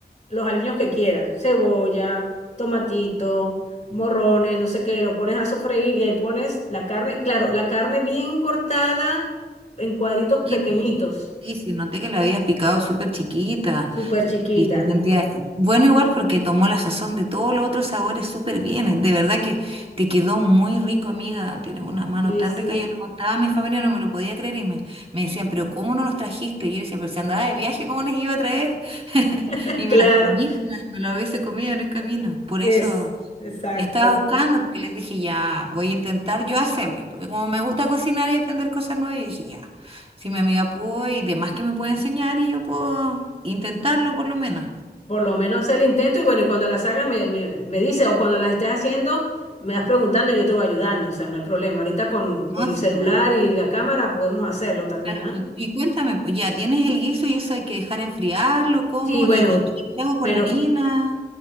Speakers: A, on the left; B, on the right.
A: los aliños que quieras, cebolla, tomatito, morrones, no sé qué, lo pones a sofreír y ahí pones la carne, claro, la carne bien cortada en cuadritos
B: Chiquita.
A: pequeñitos,
B: Sí, sí, noté que la habías picado súper chiquita.
A: súper chiquita.
B: Y se sentía bueno igual porque tomó la sazón de todos los otros sabores súper bien. eh, De verdad que te quedó muy rico, amiga. Tienes una mano
A: Sí,
B: tan
A: sí,
B: rica. Yo le contaba a mi familia, no me lo podía creer y me, me decían, pero ¿cómo no nos trajiste? Y yo decía, pero si andaba de viaje, ¿cómo les iba a traer? <laughs>
A: <laughs>
B: Y
A: claro.
B: me las comí, me las- me las hubiese comido en el camino. Por
A: Es,
B: eso
A: exacto.
B: estaba buscando, porque les dije, ya, voy a intentar yo hacerles. Porque como me gusta cocinar y aprender cosas nuevas, yo dije, ya, si mi amiga pudo y demás que me puede enseñar y yo puedo intentarlo por lo menos.
A: Por lo menos hacer el intento y bueno, y cuando las hagas me, me, me dice o cuando las estés haciendo, me vas preguntando y yo te voy ayudando, o sea, no hay problema. Ahorita con, con
B: No,
A: el
B: sí,
A: celular
B: claro.
A: y la cámara podemos hacerlo también,
B: Claro,
A: ¿ah?
B: y, y cuéntame, pues ya tienes el guiso y eso hay que dejar enfriarlo, ¿cómo?
A: Sí, bueno,
B: ¿Y, y qué qué hago
A: pero
B: con la harina?